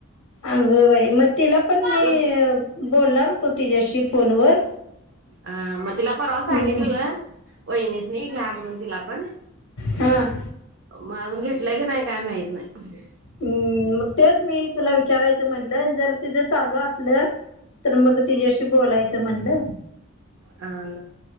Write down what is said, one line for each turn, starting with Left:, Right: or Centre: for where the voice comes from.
Left: अगं बाई... मग तिला पण मी
Right: ते
Left: बोलणार होतो तिच्याशी फोनवर.
Right: अ मग तिला परवा
Left: हम्म,
Right: सांगितलेलं वैनीसनी घ्या म्हणून तिला पण.
Left: हां..
Right: मग अजून घेतलंय काय नाही काय माहीत नाही.
Left: हम मग तेच मी तुला विचारायचं म्हटलं, जर तिझं चालू असलं तर मग तिच्याशी बोलायचं म्हणलं.
Right: हं..